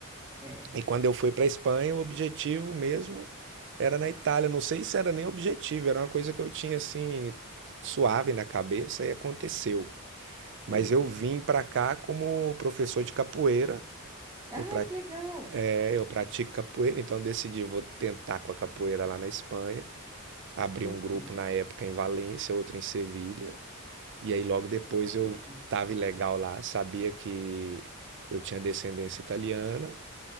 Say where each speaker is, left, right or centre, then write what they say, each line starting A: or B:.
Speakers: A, on the right; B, on the right.
A: é.
B: E quando eu fui para a Espanha, o objetivo mesmo era na Itália. Não sei se era nem objetivo, era uma coisa que eu tinha assim suave na cabeça e aconteceu. Mas
A: Uhum.
B: eu vim para cá como professor de capoeira.
A: Ah,
B: Eu, pra,
A: que legal.
B: é, eu pratico capoeira, então eu decidi vou tentar com a capoeira lá na Espanha. Abri
A: Uhum,
B: um grupo na época em Valência, outro em Sevilha. E aí logo depois eu
A: uhum,
B: estava ilegal lá, sabia que eu tinha descendência italiana